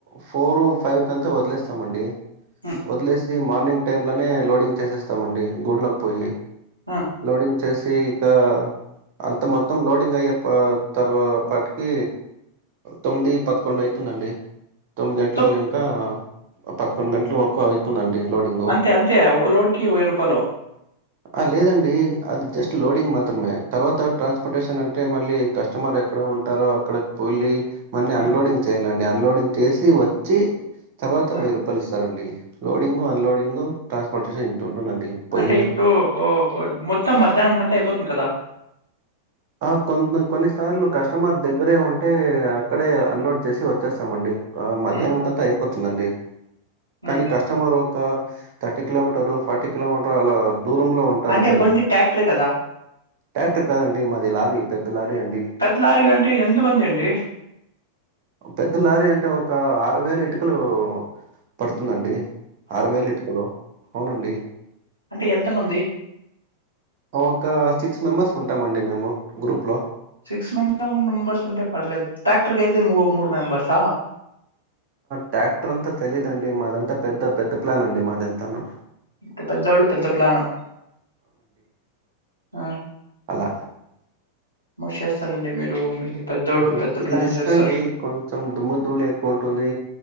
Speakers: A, on the right (about 45°); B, on the left (about 85°).
A: ఫోర్ ఫైవ్ కంత వదిలేస్తాం మండి
B: ఉమ్,
A: వదిలేసి మార్నింగ్ టైమ్ లోనే లోడింగ్ చేసేస్తామండి <unintelligible> పోయి
B: ఆ
A: లోడింగ్ చేసి ఇక అంత మొత్తం లోడింగ్ అయ్యే పా తర్వాపాటికి తొమ్మిది పదకొండు అయితుందండి తొమ్మిది గంటల్లనింక
B: మొత్తం
A: <unintelligible> పదకొండు గంటల వరకు అయితుందండి లోడింగ్
B: అంతే అంతే ఒక లోడ్కి వెయ్యి రూపాయలు
A: ఆ లేదండి అది జస్ట్ లోడింగ్ మాత్రమే తర్వాత ట్రాన్స్పోర్టేషన్ అంటే మళ్ళీ కస్టమర్ ఎక్కడ ఉంటారో అక్కడకి వెళ్ళి <unintelligible>
B: ఆ
A: అన్లోడింగ్ చేయ్యాలండి అన్లోడింగ్ చేసి వచ్చి తర్వాత
B: ఆ
A: వెయ్యి రూపాయలు ఇస్తారండి లోడింగు అన్లోడింగు ట్రాన్స్పోర్టేషన్ ఇంత ఉంటుందండి పోయి
B: అంటే ఇప్పుడు ఓ మొత్తం మధ్యాహ్నం కంత అయిపోతుంది కదా
A: అ కొని కొన్నిసార్లు కస్టమర్ దగ్గరే ఉంటే అక్కడే అన్లోడ్ చేసి వచ్చేస్తామండి ఆ మధ్యనంకంత
B: ఉమ్
A: అయిపోతుందండి కనీ
B: ఉమ్
A: కస్టమరు అ థర్టీ కిలోమీటర్ ఫార్టీ కిలోమీటర్ అలా దూరంలో ఉంటారండి.
B: అంటే బండి ట్రాక్టరే కదా
A: ట్రాక్టర్ కాదండి మాది లారీ పెద్ద లారీ అండి
B: పెద్దలారి అంటే ఎంతమంది అండి
A: పెద్ద లారీ అంటే ఒక ఆరు వేల ఇటుకలు పడుతుందండి ఆరు వేలు ఇట్కలు అవునండి
B: అంటే ఎంత మంది
A: ఒక సిక్స్ మెంబర్స్ ఉంటామండి మేము గ్రూప్లో
B: సిక్స్ మంత్ మూడు మెంబర్స్ ఉంటే పర్లేదు ట్రాక్టర్ కయితే ము మూడు మెంబర్స
A: ట్రాక్టర్ అంతా తెలీదండి మాదంత పెద్ద పెద్ద ప్లాన్ అండి మాదంతాను
B: అంటే పెద్దవాళ్ళు పెద్ద ప్లాను ఆ
A: అల
B: మో చేస్తారండి మీరు మీరు పెద్దోళ్ళు
A: హ్మ్.
B: పెద్ద
A: ఇది
B: ప్లానే
A: రిస్క్
B: చేస్తరు
A: అండి. కొంచెం దుమ్ము దూళి ఎక్కువ ఉంటుంది